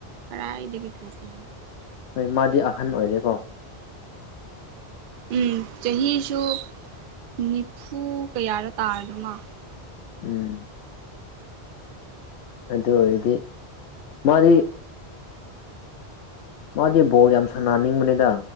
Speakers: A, on the right; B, on the left.
A: ꯀꯗꯥꯏꯗꯒꯤ ꯇ꯭ꯔꯣꯐꯤꯅꯣ
B: ꯍꯣꯏ ꯃꯥꯗꯤ ꯑꯍꯟ ꯑꯣꯏꯔꯦꯀꯣ
A: ꯎꯝ ꯆꯍꯤꯁꯨ ꯅꯤꯐꯨ ꯀꯌꯥꯔ ꯇꯥꯔꯗ ꯃꯥ
B: ꯎꯝ ꯑꯗꯨ ꯑꯣꯏꯔꯗꯤ ꯃꯥꯗꯤ ꯃꯥꯗꯤ ꯕꯣꯜ ꯌꯥꯝ ꯁꯥꯟꯅꯤꯡꯕꯅꯤꯗ